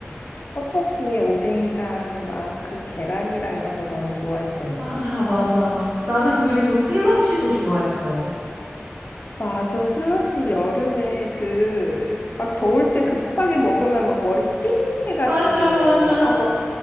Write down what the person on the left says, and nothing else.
떡볶이에 오뎅이랑 막 그 계란이랑 이런 거 너무 좋아했었는데.
맞아. 슬러시 여름에 그 막 더울 때 급하게 먹으면 막 머리 띵 해가지고는
막 아, 머,